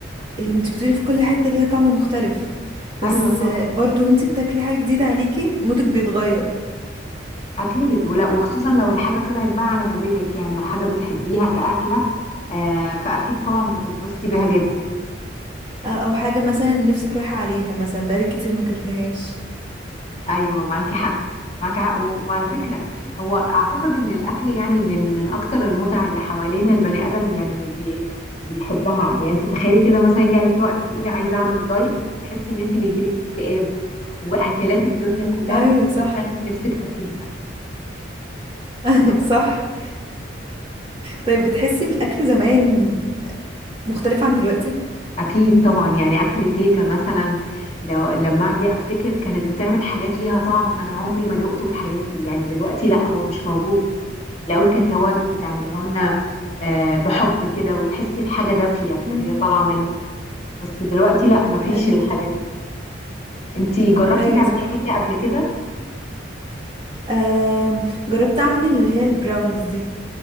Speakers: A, on the right; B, on the left.
A: اللي انت بتقولي في كل حتة ليها طعم مختلف بس
B: ايوه طبعا
A: آه، برضو وانت بتاكلي حاجة جديدة عليكي مودك بيتغير
B: اكيد ولا وخصوصا لو الحاجه طلعت بقى على مزاجك يعني وحاجه بتحبيها كاكله آه، فاكيد طبعا بتتبسطي بيها جدا
A: آه، او حاجة مثلا نفسك رايحة عليها مثلا بقالك كتير ما اكلتهاش
B: ايوه معاكي حق معاكي حق و... وعلى فكره هو اعتقد ان الاكل يعني من من اكتر المتع اللي حوالينا البني ادم يعني بي... بيحبها يعني انت تخيلي كده مثلا يجي عليكي وقت تقولي عايزه اعمل دايت بتحسي ان انت بيجيلك اكتئاب واكلات الدنيا كلها
A: ايوه
B: بتيجي
A: صح
B: في دماغك نفسك تاكليها
A: <laughs> صح طيب بتحسي الأكل زمان مختلف عن دلوقتي؟
B: اكيد طبعا يعني اكل تيتا مثلا لو لما اجي افتكر كانت بتعمل حاجات ليها طعم انا عمري ما دقته في حياتي يعني دلوقتي لا هو مش موجود لو الكتاوب بتعملها لنا آه، بحب كده وتحسي الحاجة دافية وهي
A: مم.
B: طالعة منها بس دلوقتي لا مفيش
A: ايوه
B: الحاجة دي انتي جربتي
A: ايوه
B: تعملي
A: صح
B: كيكة قبل كده
A: أم... جربت أعمل اللي هي البراونيز دي